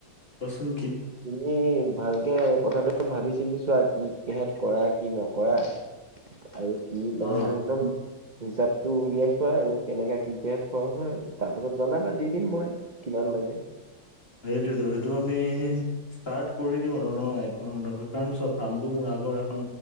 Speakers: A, on the left (about 30°); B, on the right (about 35°).
A: কোৱাচোন কি?
B: তুমি ভালকে কথাটো ভাবি চিন্তি চোৱা কি কেহত কৰা কি নকৰা আৰু কি মানে
A: অ
B: একদম হিচাপটো উলিয়াই চোৱা আৰু কেনেকা কি কেচ খৰচ হয় তাৰপিছত জনাবা দি দিম মই কিমান <unintelligible> লাগে।
A: সেইটোয়েতো সেইটো আমি ষ্টাৰ্ট কৰি দিও আৰু ন' একমাহ মানৰ কাৰণ চোৱা ফাৰ্মটো মোৰ আগৰ এখন